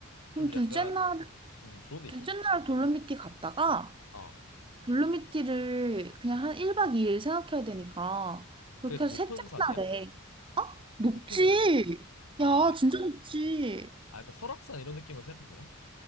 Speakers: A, on the right; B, on the left.
A: 그럼
B: 좀
A: 둘째
B: 약간,
A: 날,
B: 음, 좋은 데
A: 둘째
B: 있어?
A: 날 돌로미티 갔다가
B: 어,
A: 돌로미티를 그냥 한 1박 2일 생각해야 되니까 그렇게
B: 그게 좀
A: 해서
B: 높은
A: 셋째
B: 산이야?
A: 날에 어? 높지?
B: 높은 산이야? 아,
A: 야, 진짜 높지?
B: 아, 약간 설악산 이런 느낌으로 생각하면 되나?